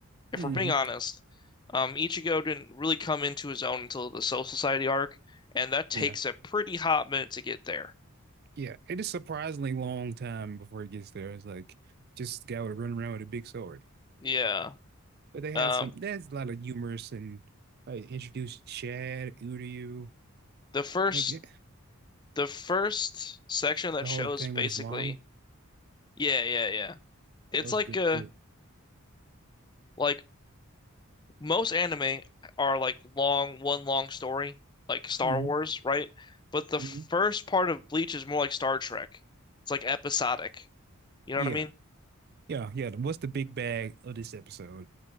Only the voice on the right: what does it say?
Mm-hmm.
Yeah.
Yeah. It is surprisingly long time before it gets there. It's like just a guy would run around with a big sword.
But they had
some, there's a lot of humorous and like introduced Chad, Udiu,
like yeah,
the
whole thing
with his mom.
That was
good,
good.
hmm
hmm
Yeah.
Yeah. Yeah. What's the big bag of this episode?